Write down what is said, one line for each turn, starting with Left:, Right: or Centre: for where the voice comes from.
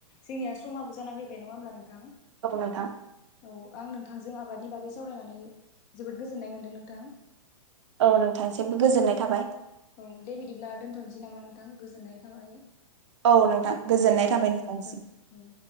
Left: जोंनिया समाबो जाना फैबाय नङा होमब्ला नोंथां।
Right: औ नोंथां।
Left: औ आं नोंथांजों आबादनि बागै सावरायनानै जोबोद गोजोननाय मोनदों नोंथां।
Right: औ नोंथांसिमबो गोजोननाय थाबाय।
Left: औ दे बिदिब्ला दोनथनोसै नामा नोंथां गोजोननाय थाबाय।
Right: औ नोंथां गोजोननाय
Left: औ दे
Right: थाबाय नोंथांसिम।
Left: गोजोन्थों औ